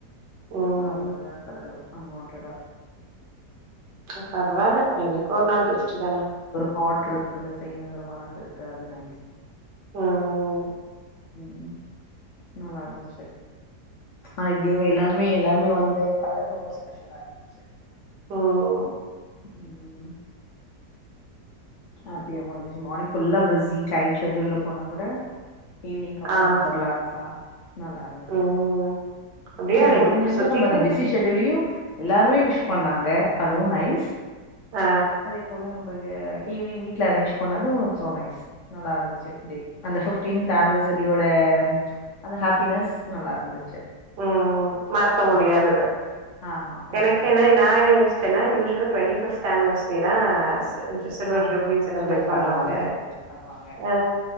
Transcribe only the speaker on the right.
ம்.
ஓ பரவால்ல என்னைக்கோ ஒரு நாள் கிஃப்ட் தான
ம்
ம்
ஆ
ம். அப்டியே
அன்னைக்கு
பு
சுத்திட்டு
ஆ
உம் மறக்க முடியாதது
எனக்கு என்ன
நா என்ன யோசிச்சேன்னா usual twenty fifth ஆனிவர்சரிதா <unintelligible> and similar
ட்ரபளிங்ஸ இன்ன
பிரேக் பண்ணுவாங்க
ஆ